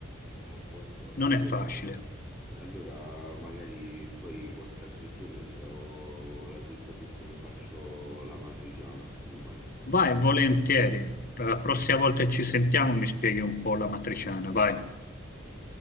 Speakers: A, in the centre; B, on the left.
A: A posto.
B: non
A: E allora
B: è facile.
A: e allora magari poi qualche altro giorno ti do la dritta su come faccio l'amatriciana, semmai.
B: Vai, volentieri.
A: <laughs>
B: La prossima volta che ci sentiamo mi spieghi un po' la matriciana, vai.
A: Sì.